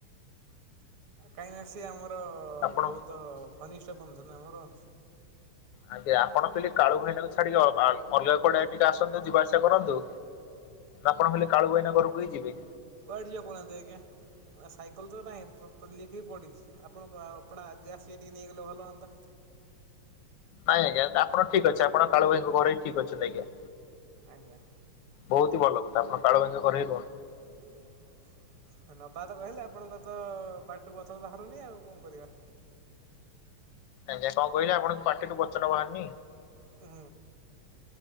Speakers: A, on the right; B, on the left.
A: କାହିଁ ନା ସେ ଆମର
B: ଆପଣ
A: ବହୁତ ଘନିଷ୍ଠ ବନ୍ଧୁ ନା ଆମର
B: ଆଜ୍ଞା ଆପଣ କହିଲେ କାଳୁ ଭାଇନାକୁ ଛାଡିକି ଅଲଗା କୁଆଡେ ଟିକେ ଆସନ୍ତୁ ଯିବା ଆସିବା କରନ୍ତୁ ଆପଣ ଖାଲି କାଳୁଭାଇନା ଘରକୁ ହି ଯିବେ
A: କୁଆଡେ ଯିବା କହୁ ନାହାନ୍ତି ଆଜ୍ଞା ନା ସାଇକେଲ ତ ନାହିଁ <unintelligible> ଲିଖିକି ପଡ଼ିଛି ଆପଣଙ୍କୁ ଆଉ ଆପଣା ଆଜି ଆସିବେ ଟିକେ ନେଇଗଲେ ଭଲ ହୁଅନ୍ତା।
B: ନାଇଁ ଆଜ୍ଞା ଆପଣ ଠିକ୍ ଅଛି ଆପଣ କାଳ ଭାଇଙ୍କ ଘରେ ହ ଠିକ୍ ଅଛନ୍ତି ଆଜ୍ଞା।
A: ଆଜ୍ଞା।
B: ବହୁତ ହି ଭଲ କଥା ଆପଣ କାଳୁ ଭାଇ ଙ୍କ ଘରେ ହିଁ
A: <inaudible> ନବା ତ କହିଲେ ଆପଣଙ୍କର ତ ପାର୍ଟିରୁ ବଚନ ବାହାରୁନି ଆଉ କଣ କରିବା।
B: ଆଜ୍ଞା କଆଁ କହିଲେ ଆପଣଙ୍କ ପାଟିରୁୁ ବଚନ ବାହାରୁର୍ନି?
A: ହୁଁ।